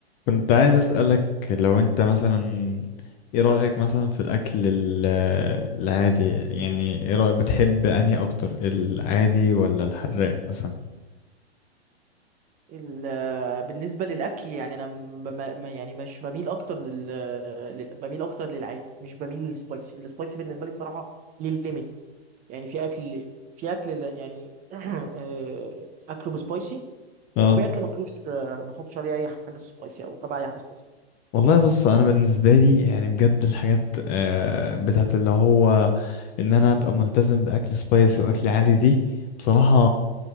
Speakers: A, on the left; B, on the right.
A: كنت عايز أسألك لو انت مثلا ايه رأيك مثلا في الأكل ال- العادي يعني ايه رأيك بتحب انهي اكتر العادي ولا الحراق مثلا
B: ال- بالنسبة للأكل يعني أنا م- ما ما- يعني مش بميل أكتر لل لل- بميل أكتر للعادي مش بميل للسبايسي السبايسي بالنسبة لي الصراحة للليميت يعني في أكل في أكل لا- يعني <clears throat> آه، أكله بسبايسي
A: اه
B: وفي أكل ماكلوش آه، ما أحطش عليه أي حاجة سبايسي أو تبع أي حاجة سبايسي
A: والله بص انا بالنسبة لي يعني بجد الحاجات آه، بتاعت اللي هو ان انا ابقى ملتزم بأكل سبايسي وأكل عادي دي بصراحة